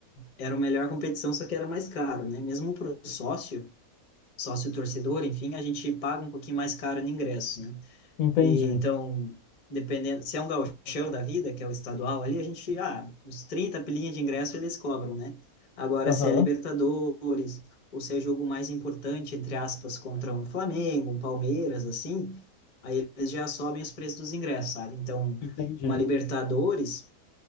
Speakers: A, on the left; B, on the left.
A: era a melhor competição, só que era mais caro, né? Mesmo para o sócio, sócio torcedor, enfim, a gente paga um pouquinho mais caro no ingresso, né?
B: Entendi.
A: E então, dependendo, se é um gauchão da vida, que é o estadual ali, a gente, ah, uns 30 pilinhas de ingresso eles cobram, né? Agora,
B: Aham.
A: se é Libertadores, ou se é jogo mais importante, entre aspas, contra um Flamengo, um Palmeiras, assim, aí eles já sobem os preços dos ingressos, sabe? Então,
B: Entendi.
A: uma Libertadores,